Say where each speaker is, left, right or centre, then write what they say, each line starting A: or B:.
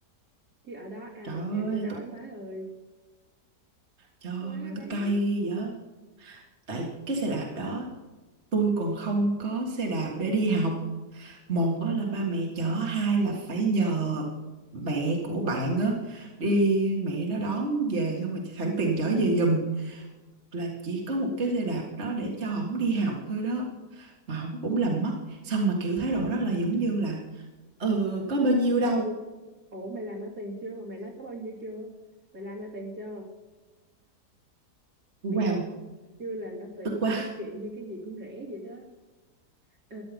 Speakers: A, on the right (about 65°); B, on the right (about 40°).
A: chứ ở đó ai
B: trời
A: mà
B: ơi
A: chịu chơi nổi
B: tôi,
A: má ơi
B: trời ơi
A: quá đáng
B: tôi cay vậy á. tại cái xe đạp đó tôi còn không có xe đạp để đi học một á là ba mẹ chở hai là phải nhờ mẹ của bạn á đi
A: Ừ.
B: mẹ nó đón về xong rồi sẵn tiền chở về giùm là chỉ có một cái xe đạp đó để cho ổng đi học thôi đó mà ổng cũng làm mất xong mà kiểu thái độ rất là dửng dưng là ừ có bao nhiêu đâu
A: Ủa mày làm ra tiền chưa mà mày nói có bao nhiêu chưa? Mày làm ra tiền chưa?
B: wow
A: Mẹ chưa làm ra tiền
B: tức
A: mà
B: quá
A: nói chuyện như cái gì cũng rẻ vậy đó. Ê,